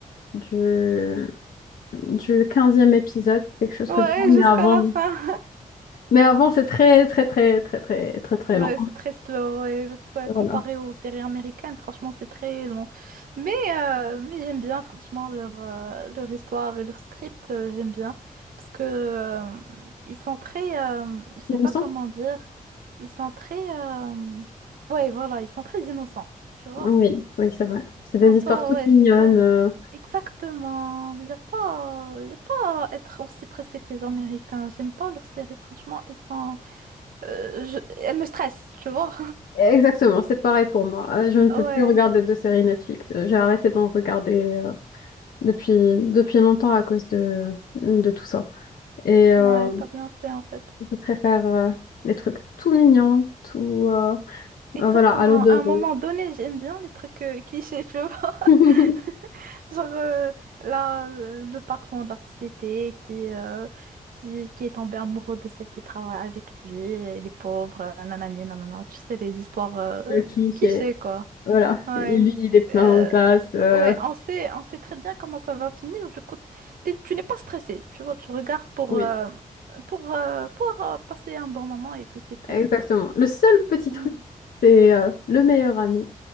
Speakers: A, on the left (about 75°); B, on the right (about 75°).
A: du du quinzième épisode, quelque chose
B: Ouais,
A: comme ça. Mais
B: jusqu'à
A: avant,
B: la fin.
A: mais avant, c'est très, très, très, très, très, très, très
B: Ouais,
A: lent.
B: c'est très slow et p-
A: Voilà.
B: comparé aux séries américaines, franchement, c'est très long. Mais, euh, mais j'aime bien, franchement, leur, euh, leur histoire et leur script, euh, j'aime bien. Parce que euh, ils sont très, euh, je sais
A: Innocent?
B: pas comment dire, ils sont très, euh, ouais, voilà, ils sont très innocents, tu vois.
A: Oui, oui, c'est vrai. C'est
B: Ils
A: des
B: sont pas,
A: histoires toutes
B: ouais,
A: mignonnes.
B: c'est pas
A: euh.
B: exactement, il y a pas, y a pas à être aussi pressé que les Américains. J'aime pas leurs séries, franchement, elles sont, euh, je- elles me stressent, tu vois.
A: Exactement, c'est pareil pour moi. Euh, Je ne peux
B: Ouais,
A: plus regarder de séries Netflix. Euh, J'ai arrêté d'en regarder euh, depuis, depuis longtemps à cause de, de tout ça. Et euh,
B: ouais, t'as bien fait en fait.
A: je préfère euh, les trucs tout mignons, tout... euh,
B: Exactement.
A: euh, voilà, à l'eau de
B: À
A: rose.
B: un moment donné, j'aime bien les trucs euh, clichés, tu vois. <laughs>
A: <laughs>
B: Genre euh, là, euh, le patron de la société qui, euh, qui, qui est tombé amoureux de celle qui travaille avec lui, et les pauvres, euh, nanani, nanana. Tu sais, les histoires euh,
A: Le cliché.
B: clichés, quoi.
A: Voilà.
B: Ouais.
A: Et Lui, il est plein
B: Euh,
A: aux as. euh.
B: ouais, on sait, on sait très bien comment ça va finir. Du coup, t'es- tu n'es pas stressé, tu vois. Tu regardes pour,
A: Oui,
B: euh, pour, euh, pour euh, passer un bon moment et puis c'est tout.
A: exactement. Le seul petit truc,
B: Mm.
A: c'est euh, le meilleur ami